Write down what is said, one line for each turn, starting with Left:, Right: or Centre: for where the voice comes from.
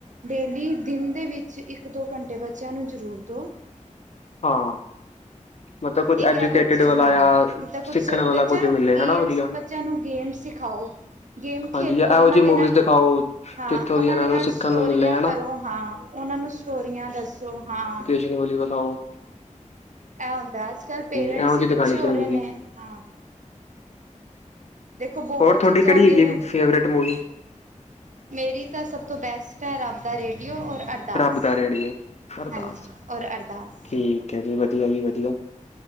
Right: ਡੇਲੀ ਦਿਨ ਦੇ ਵਿੱਚ, ਇੱਕ- ਦੋ ਘੰਟੇ ਬੱਚਿਆਂ ਨੂੰ ਜ਼ਰੂਰ ਦਿਉ।
Left: ਹਾਂ। ਮਤਲਬ ਕੁੱਝ
Right: ਠੀਕ
Left: ਐਜੂਕੇਟਿਡ
Right: ਹੈ ਬੱਚਾ
Left: ਵਾਲਾ,
Right: ਹਾਂ
Left: ਜਾਂ
Right: ਮਤਲਬ ਕੁਛ
Left: ਸਿੱਖਣ ਵਾਲਾ
Right: ਬੱਚਿਆਂ
Left: ਕੁੱਝ
Right: ਨੂੰ
Left: ਮਿਲੇ
Right: ਗੇਮਸ
Left: ਹਨਾ, ਵਧੀਆ।
Right: ਬੱਚਿਆਂ ਨੂੰ ਗੇਮ ਸਿਖਾਓ, ਗੇਮ
Left: ਹਾਂਜੀ
Right: ਖੇਲ
Left: ਜਾਂ
Right: ਲੋ
Left: ਇਹੋ
Right: ਉਹਨਾਂ
Left: ਜਿਹੀ
Right: ਦੇ
Left: ਮੂਵੀਜ਼
Right: ਨਾਲ,
Left: ਦਿਖਾਓ
Right: ਹਾਂ
Left: ਜਿੱਥੋਂ
Right: ਉਹਨਾਂ
Left: ਦੀ ਇਹਨਾਂ
Right: ਦੇ ਨਾਲ
Left: ਨੂੰ ਸਿੱਖਣ
Right: ਸਟੋਰੀਆਂ
Left: ਨੂੰ ਮਿਲੇ ਹਨਾ
Right: ਕਰੋ, ਹਾਂ। ਉਹਨਾਂ ਨੂੰ ਸਟੋਰੀਆਂ ਦੱਸੋ, ਹਾਂ।
Left: ਬੱਚਿਆਂ ਨੂੰ ਬੋਲੀ ਵਖਾਓ।
Right: ਇਹ ਹੁੰਦਾ, ਅੱਜ-ਕੱਲ੍ਹ ਪੇਰੈਂਟਸ
Left: ਇਹੋ ਜਿਹੀ
Right: ਹੀ
Left: ਦਿਖਾਣੀ
Right: ਪਿੱਛੇ
Left: ਚਾਹੀਦੀ
Right: ਹੋ ਰਹੇ ਨੇ,
Left: ਹੈ
Right: ਹਾਂ। ਦੇਖੋ ਬਹੁਤ
Left: ਹੋਰ ਥੋਡੀ
Right: ਚੀਜ਼ਾਂ
Left: ਕਿਹੜੀ
Right: ਆਉਂਦੀਆਂ
Left: ਹੈਗੀ ਏ,
Right: ਨੇ
Left: ਫੇਵਰੇਟ ਮੂਵੀ।
Right: ਮੇਰੀ ਤਾਂ ਸਭ ਤੋਂ ਬੈਸਟ ਐ, ਰੱਬ ਦਾ ਰੇਡੀਓ, ਔਰ ਅਰਦਾਸ
Left: ਰੱਬ ਦਾ ਰੇੜੀਏ ਅਰਦਾਸ
Right: ਹਾਂਜੀ, ਔਰ ਅਰਦਾਸ।
Left: ਠੀਕ ਹੈ ਜੀ, ਵਧੀਆ ਜੀ ਵਧੀਆ।